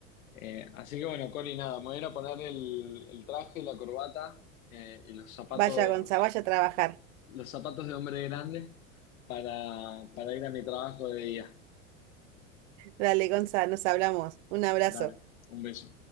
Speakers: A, on the left; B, on the right.
A: Eh, así que bueno, Cori, nada, me voy a ir a poner el, el traje, la corbata eh, y los zapatos
B: Vaya, Gonza, vaya a trabajar.
A: los zapatos de hombre grande para, para ir a mi trabajo de día.
B: Dale, Gonza, nos hablamos. Un abrazo.
A: Dale, un beso.